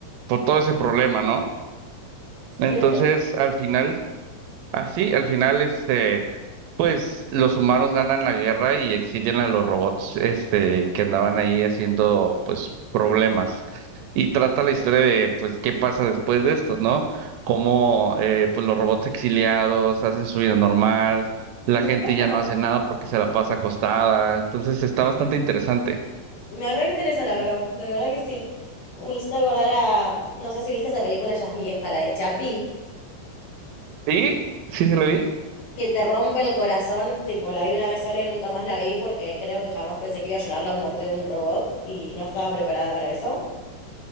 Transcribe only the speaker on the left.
claro.
Mirá.
Me reinteresa, la verdad, de verdad que sí. Me hizo acordar a, no sé si viste esa película, ya es vieja, la de Chapi,
que te rompe el corazón, tipo, la vi una vez sola y nunca más la vi porque creo que jamás pensé que iba a llorar la muerte de un robot y no estaba preparada para eso.